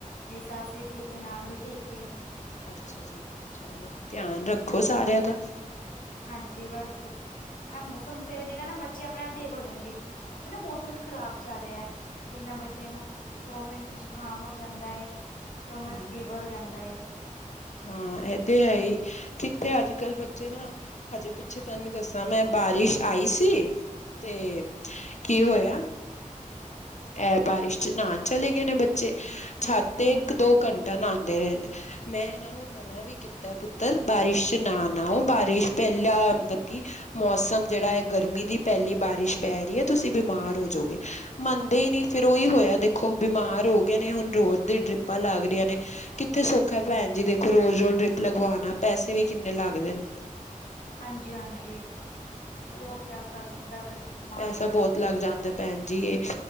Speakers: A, on the left; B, on the left.
A: ਮੇਰੀ ਸੱਸ ਵੀ ਠੀਕ ਨਨਾਣ ਵੀ ਠੀਕ ਵੇ
B: ਅੱਛਾ ਜੀ, ਚਲੋ ਧਿਆਨ ਰੱਖੋ ਸਾਰਿਆਂ ਦਾ।
A: ਹਾਂਜੀ। ਬਸ ਇਹ ਮੌਸਮ ਸਹੀ ਹੋਜੇਗਾ ਨਾ ਬੱਚੇ ਆਪਣੇ ਆਪ ਠੀਕ ਹੋ ਜਾਣਗੇ। ਇੱਕ ਨਾ ਮੌਸਮ ਵੀ ਖਰਾਬ ਚੱਲ ਰਿਹਾ ਜਿੰਨਾ ਬੱਚੇ ਨੂੰ ਦੋ ਮਿੰਟ ਜੁਕਾਮ ਹੋ ਜਾਂਦਾ ਏ। ਤੋਮਰ
B: ਹਮ
A: ਚ ਫੀਵਰ ਹੋ ਜਾਂਦਾ ਐ।
B: ਹਾਂ, ਇਹ ਤੇ ਹੈ ਹੀ ਕਿੱਥੇ ਅੱਜ ਕੱਲ ਬੱਚੇ ਨਾ ਹਜੇ ਪਿੱਛੇ ਤੈਨੂੰ ਦੱਸਾਓਓ ਤਾਂ
A: ਹਮ
B: ਮੈਂ ਬਾਰਿਸ਼ ਆਈ ਸੀ ਤੇ ਕੀ ਹੋਇਆ ਇਹ ਬਾਰਿਸ਼ ਚ ਨਹਾਾਨ ਚਲੇ ਗਏ ਨੇ ਬੱਚੇ ਛਤ ਇੱਕ
A: ਹਮ
B: ਦੋ ਘੰਟਾ ਨਹਾਣ <unintelligible> ਮੈਂ ਐਨਾ ਨੂੰ ਮਨਾ ਵੀ ਕੀਤਾ ਪੁੱਤਰ ਬਾਰਿਸ਼ ਚ ਨਾਓ ਬਾਰਿਸ਼ ਪਹਿਲਾ ਮਤਲਬ ਕਿ ਮੌਸਮ ਜਿਹੜਾ ਏ ਗਰਮੀ ਦੀ ਪਹਿਲੀ ਬਾਰਿਸ਼ ਪੈ ਰੀ ਏ, ਤੁਸੀ ਬਿਮਾਰ ਹੋਜੋਗੇ। ਮੰਨਦੇ ਈ ਨਈ ਫੇਰ ਓਈ ਹੋਇਆ ਦੇਖੋ ਬਿਮਾਰ ਹੋਗੇ ਨੇ, ਹੁਣ ਰੋਜ਼ ਦੀ ਡਰਿੱਪਾਂ ਲੱਗ ਰਿਆਂ ਨੇ ਕਿੱਥੇ ਸੋਖਾ ਭੈਣ ਜੀ, ਦੇਖੋ ਰੋਜ਼-ਰੋਜ਼ ਡਰਿਪ ਲਗਵਾਨਾ, ਪੈਸੇ ਵੀ ਕਿੰਨੇ ਲੱਗਦੇ ਨੇ।
A: ਹਾਂਜੀ-ਹਾਂਜੀ ਬਹੁਤ
B: ਹਨਾ
A: ਪੈਸਾ ਲੱਗ ਜਾਂਦਾ ਬੱਚੇ ਬਿਮਾਰ
B: ਪੈਸਾ
A: ਤੇ।
B: ਬਹੁਤ ਲੱਗ ਭੈਣ ਜੀ